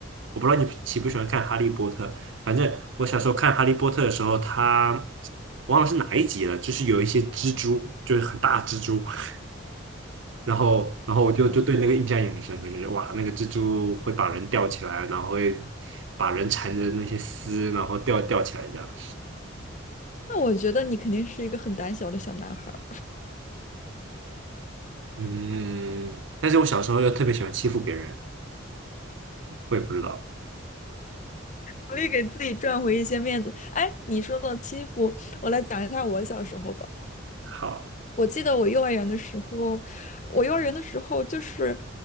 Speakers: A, on the right; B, on the left.
A: 我不知道你喜不喜欢看《哈利波特》。反正我小时候看《哈利波特》的时候，他忘了是哪一集了，就是有一些蜘蛛，就是很大的蜘蛛。<laughs> 然后，然后我就就对那个印象也很深刻，
B: 哦，
A: 就是哇，那个蜘蛛会把人吊起来，然后会把人缠着那些丝，然后吊吊起来这样。
B: 那我觉得你肯定是一个很胆小的小男孩儿，
A: 嗯，但是我小时候又特别喜欢欺负别人，我也不知道。
B: 努力给自己赚回一些面子。哎，你说到欺负，我来讲一下我小时候吧。
A: 好，
B: 我记得我幼儿园的时候，我幼儿园的时候就是